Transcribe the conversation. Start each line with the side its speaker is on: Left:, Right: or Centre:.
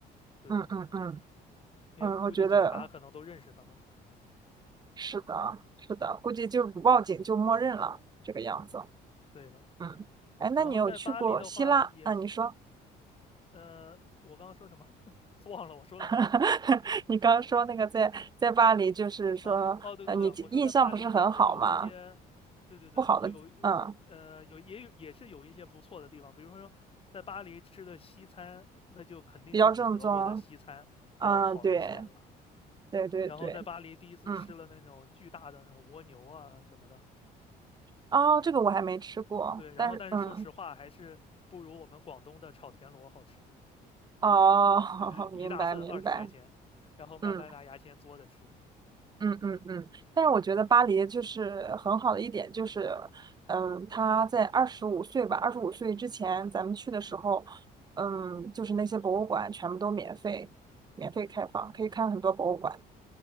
Left: 对，
Right: 嗯嗯嗯
Left: 因为估计警察可能都认识他们了。
Right: 嗯，我觉得是的，是的，估计就是不报警就默认了这个样子。
Left: 对的。
Right: 嗯，哎，那你有去过希腊？
Left: 然后在巴黎的话也是，
Right: 啊，你说。
Left: 呃，我刚刚说什么？<laughs> 忘了我说了什么。
Right: <laughs> 你刚刚说那个在在巴黎，就是说，
Left: 哦哦，对对对，
Right: 呃，你印象不是很好吗？
Left: 我说在巴黎也是有一些，对对对，
Right: 不好的，
Left: 有
Right: 嗯，
Left: 呃有也有也是有一些不错的地方，比如说在巴黎吃的西餐，那就肯定是比德国的西餐要好一些了。
Right: 比较正宗，嗯，对，对对对，
Left: 然后在巴黎第一次吃了那种巨大的那种蜗牛啊什么的，
Right: 嗯，哦，这个我还没吃过，
Left: 对，然后但是说实话还是不如我们广东的炒田螺好吃，
Right: 但是，嗯，哦，
Left: <laughs>
Right: <laughs> 明白明白，
Left: 一大份二十块钱，然后慢慢拿牙签嘬着吃。
Right: 嗯。嗯嗯嗯，但是我觉得巴黎就是很好的一点，就是，嗯，他在二十五岁吧，二十五岁之前咱们去的时候，嗯，就是那些博物馆全部都免费，免费开放，可以看很多博物馆。